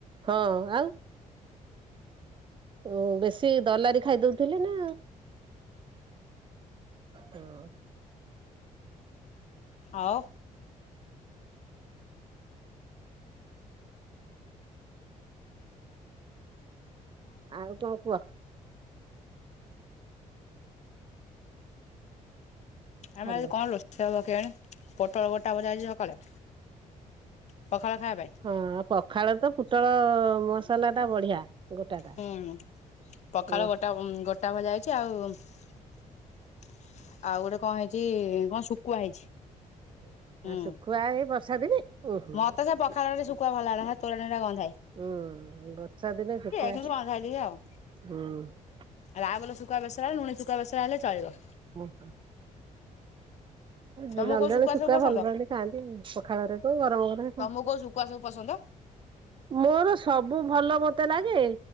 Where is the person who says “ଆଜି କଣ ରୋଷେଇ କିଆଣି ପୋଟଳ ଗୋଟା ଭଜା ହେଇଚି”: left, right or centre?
Left